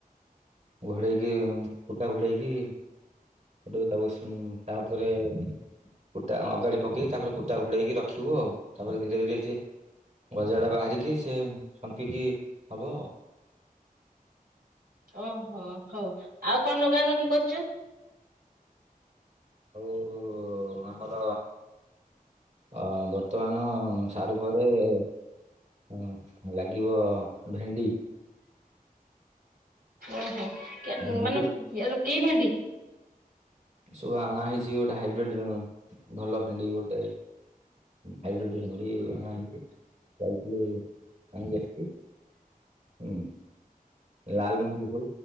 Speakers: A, on the right (about 50°); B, on the right (about 80°).
A: ଘୋଡେଇକି କୁଟା ଘୋଡେଇକି ସେଟୁ ତାକୁ ତାଉପରେ କୁଟା ଅଗାଡି ପକେଇି ତାପରେ କୁଟା ଘୋଡେଇକି ରଖିବୁ ଆଉ ତାପରେ ଧୀରେ ଧୀରେ ସିଏ ଗଜାଟା ବାହାରିକି ସେ ସମ୍ପିକି ହବ ଆଉ।
B: ଓହୋ ହଉ ଆଉ କଣ ନଗା ନଗି କରିଚ।
A: ଆଉ ଆମର ଅ ବର୍ତ୍ତମାନ ସାରୁ ପରେ ଏ ହଁ ଲାଗିବ ଭେଣ୍ଡି,
B: ଓହୋ କେ
A: ଭେଣ୍ଡି
B: ମାନେ କି ଭେଣ୍ଡି?
A: ସବୁ ଆଣା ହେଇଛି ଗୋଟେ ହାଇବ୍ରିଡ ଭଲ ଭେଣ୍ଡି ଗୋଟେ ହାଇବ୍ରିଡ ଭେଣ୍ଡି ଅଣାହେଇଚି ଯାଇଥିଲି ଆଣିକି ଆସିଚି। ହୁଁ, ଲାଲ ମଞ୍ଜି ସବୁ